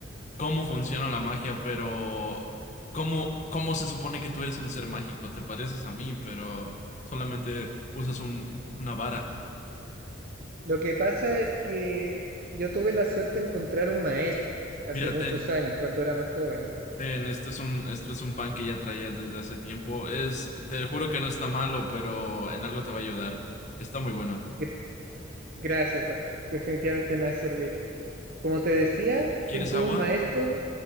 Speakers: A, on the left (about 40°); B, on the right (about 50°).
A: cómo funciona la magia, pero cómo, cómo se supone que tú eres un ser mágico. Te pareces a mí, pero solamente usas un, una vara.
B: Lo que pasa es que yo tuve la suerte de encontrar un maestro hace
A: Mira,
B: muchos
A: ten,
B: años, cuando era más joven.
A: ten, esto es un, esto es un pan que ya traía desde hace tiempo. Es, te juro que no está malo, pero en algo te va a ayudar. Está muy bueno.
B: Gr- Gracias, Fa- definitivamente me va a servir. Como te decía,
A: ¿Quieres
B: tuve
A: agua?
B: un maestro,